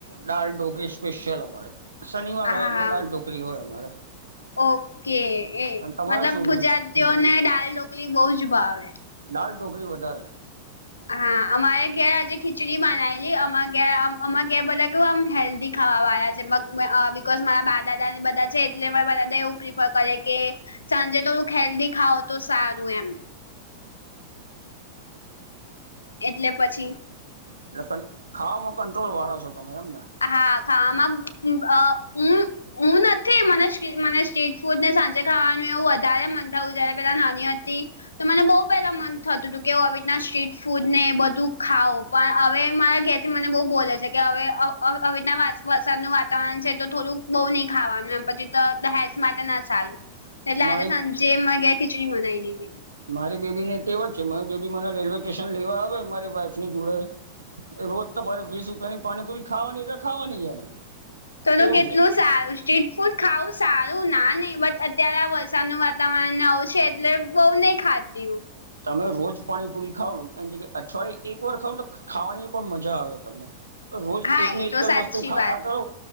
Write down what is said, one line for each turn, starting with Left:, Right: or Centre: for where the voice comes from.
Right: દાળઢોકરી સ્પેશિયલ અમારે શનિવાર
Left: હા
Right: હોય એટલે દાળઢોકરી હોય અમારે.
Left: ઓકે એ
Right: અને તમારે
Left: મતલબ
Right: શું
Left: ગુજરાતીઓને દાલ ઢોકલી બવજ ભાવે.
Right: દાળઢોકરી વધારે
Left: હા અમારે ઘેર આજે ખીચડી બનાવીલી અમા ઘ અમા ઘેર બોલા કે હ આમ હેલ્ધી ખાવા વાળા છે બીિકઝ મારા બા દાદા ને બધા છે એટલે મારા દાદા એવું પ્રિફર કરે કે સાંજે થોડુંક હેલ્ધી ખાઓ તો સારું એમ એટલે પછી
Right: એટલે ખામાં કંટ્રોલ વાળા છો તમે એમ ને
Left: હા હા ખાવામાં આ હમ- હું નથી મને મને સ્ટ્રીટ ફૂડ ને સાંજે ખાવાનું એવું વધારે મન થું જયારે પેલા નડિયાદથી તો મને બહુ પેલા મન થતું હતું કે આવી રીતના સ્ટ્રીટફૂડ ને બધું ખાવ પણ હવે મારા ઘેરથી મને બહુ બોલે છે કે હવે હવેના વરસાદનું વાતાવરણ છે તો થોડુંક બહુ નઈ ખાવાનું એમ પછી તો હેલ્થ માટેના સારુ એટલે
Right: મારી
Left: આજે સાંજે માર ઘેર ખીચડી બનાઈ દીધી.
Right: મારી બેબીને ટેવ જ છે મારી બેબી મને રેલવે સ્ટેશન લેવા આવે મારી વાઈફની જોડે રોજ તમારે વીસ રૂપિયાની પાણીપુરી ખાવાની એટલે ખાવાની જ એને
Left: તો તો
Right: એવું
Left: કેટલું
Right: છે
Left: સારું સ્ટ્રીટફૂડ ખાવું સારું ના નય બટ અત્યારે આ વરસાદનું વાતાવરણને આવું છે એટલે બઉ નય ખાતી હું
Right: તમે રોજ પાણીપુરી ખાવને એન જગ્યાએ અઠવાડિયે એક વાર ખાવને ખાવાની પણ મજા આવે તમને અવે રોજ
Left: હા
Right: એકની
Left: એ તો
Right: એક
Left: સાચી
Right: વસ્તુ ખા
Left: વાત
Right: ખા કરો